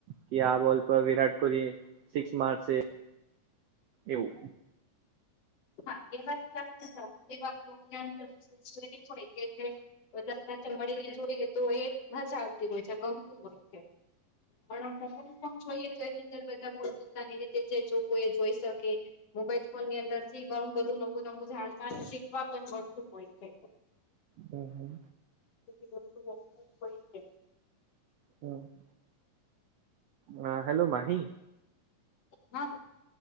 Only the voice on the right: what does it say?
કે આ બોલ પર વિરાટ કોહલી સિક્સ મારશે એવું.
હમ હમ
હમ <inaudible> હ હેલો માહી